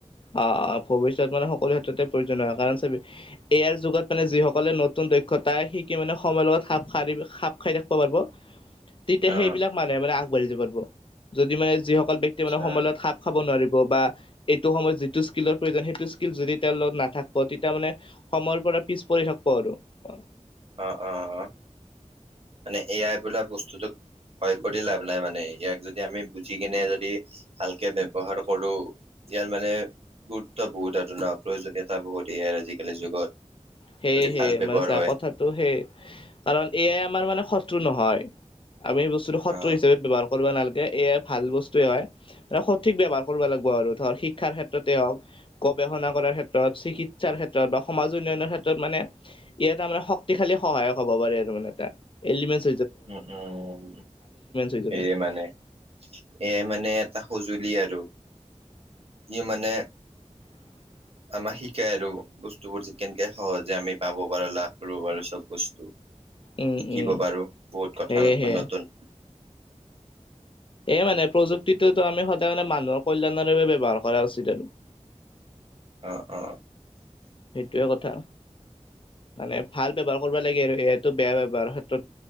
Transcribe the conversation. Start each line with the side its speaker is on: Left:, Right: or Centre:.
Left: অ অ ভৱিষ্যত মানে সকলো ক্ষেত্ৰতে প্ৰয়োজন হয় কাৰণ এ আইৰ যুগত মানে যিসকলে নতুন দক্ষতা শিকি মানে সময়ৰ লগত খাপ খাৰি - খাপ খাৰি থ কবা পাৰিব। তিতা
Right: অ
Left: সেইবিলাক মানুহে মানে আগবাঢ়ি য পাৰিব যদি মানে যিসকল ব্যক্তি
Right: আচ্ছা
Left: মানে সময়ৰ লগত খাপ খাব নোৱাৰিব বা এইটো সময়ত যিটো স্কিলৰ প্ৰয়োজন সেইটো স্কিল যদি তেও লগত নাথাকিব তেতিয়া মানে সময়ৰ পৰা পিছ পৰি থাকিব আৰু অ,
Right: অ - অ - অ মানে এ আই বোলা বস্তুটো ভয় কৰি লাভ নাই মানে ইয়াক যদি আমি বুজি কিনে যদি ভালকে ব্যৱহাৰ কৰো ইয়া মানে গুৰুত্ব বহুত আৰু ন প্ৰয়োজনীয়তা বহুত এ আইৰ আজিকালিৰ যুগত
Left: সেয়েহে
Right: যদি ভাল ব্যৱহাৰ
Left: মানে চা
Right: হয়
Left: কথাটো সেই কাৰণ এ আই আমাৰ মানে শত্ৰু নহয়। আমি সে বস্তুটো শত্ৰু
Right: অ
Left: হিচাপে ব্যৱহাৰ কৰিব নালগে এ আই ভাল বস্তুয়ে হয়। সঠিক ব্যৱহাৰ কৰবা লাগব আৰু ধৰ শিক্ষাৰ ক্ষেত্ৰতে হওক, গৱেষণা কৰাৰ ক্ষেত্ৰত, চিকিৎ সাৰ ক্ষেত্ৰত বা সমাজ উন্নয়নৰ ক্ষেত্ৰত। মানে ই এটা মানে শক্তিশালী সহায়ক হ'ব পাৰে আৰু মানে এটা এলিমেন্ট
Right: উম - উম
Left: হৈ যাব
Right: এইয়ে মানে এ আই মানে এটা সজুলি লিয আৰু ই মানে
Left: <inaudible>
Right: আমাক শিকাই আৰু বস্তুবোৰ যে কেনেকে সহজে আমি পাব পাৰো লাভ কৰিব পাৰো চব বস্তু।
Left: উম
Right: শিকিব
Left: উম
Right: পাৰো বহুত কথা
Left: সেয়েহে
Right: নতুন - নতুন।
Left: এই মানে প্ৰযুক্তিতো আমি সদায় মানে মানুহৰ কল্যাণৰ বাবে ব্যৱহাৰ কৰা উচিত আৰু
Right: অ - অ।
Left: সেইটোৱে কথা মানে ভাল ব্যৱহাৰ কৰিব লাগে আৰু এ আই বেয়া ব্যবহাৰৰ ক্ষেত্ৰত